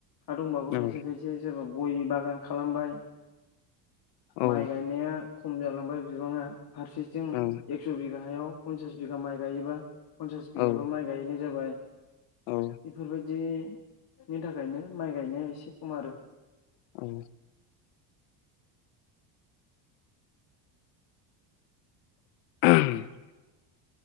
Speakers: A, on the left; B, on the left.
A: हा दंबाबो खायसे
B: औ
A: खायसे सोरबा गय बागान खालामबाय
B: औ
A: माइ गायनाया खम जालांबाय बिबाङा फारसेथिं
B: औ
A: एक्स' बिगायाव फनसास बिगा माइ गायोबा पन्सास बिगाल'
B: औ
A: माइ गायहैनाय जाबाय
B: औ
A: बेफोरबायदि दिनि थाखायनो माइ गायनाया एसे खम आरो
B: औ <inaudible>